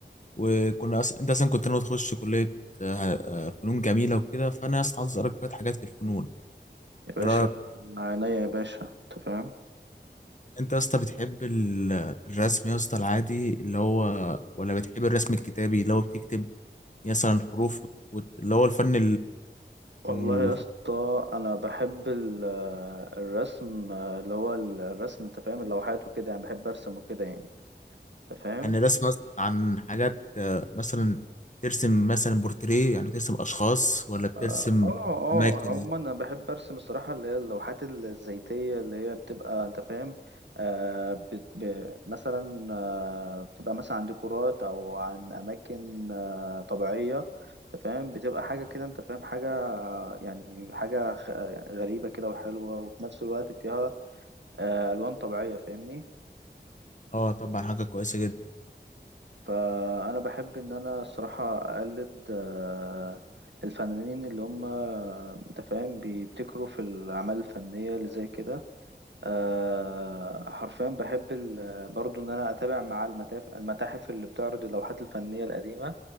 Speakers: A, on the left (about 40°); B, on the right (about 80°).
A: وكنا أص... انت اصلا كنت ناوي تخش كليه آه، آه، فنون جميله وكده فانا يا اسطى عايز اسالك شويه حاجات في الفنون
B: يا باشا
A: ايه رايك
B: عينيا يا باشا انت فاهم
A: انت يا اسطى بتحب ال- الرسم يا اسطى العادي اللي هو ولا بتحب الرسم الكتابي اللي هو بتكتب مثلا حروف وت... وت- اللي هو الفن
B: والله
A: ال...
B: يا اسطى انا بحب ال- الرسم اللي هو الرسم انت فاهم اللوحات وكده يعني بحب ارسم وكده يعني انت فاهم
A: يعني الرسم مثلا عن حاجات آه، مثلا ترسم مثلا بورتريه يعني ترسم اشخاص ولا بترسم
B: اه اه آه،
A: اماكن
B: عموما انا بحب ارسم الصراحه اللي هي اللوحات الزيتيه اللي هي بتبقى انت فاهم آه بت ب مثلا آه بتبقى مثلا عن ديكورات او عن اماكن آه طبيعيه انت فاهم بتبقى حاجه كده انت فاهم حاجه آه، يعني حاجه خ- آه، يعني غريبه كده وحلوه وفي نفس الوقت فيها آه الوان طبيعيه فاهمني
A: اه طبعا حاجه كويسه جدا
B: فأنا بحب إن أنا الصراحة أقلد آه، الفنانين اللي هم أنت فاهم بيبتكروا في الأعمال الفنية اللي زي كده آه، حرفيا بحب ال- برضو إن أنا أتابع مع المتاحف المتاحف اللي بتعرض اللوحات الفنية القديمة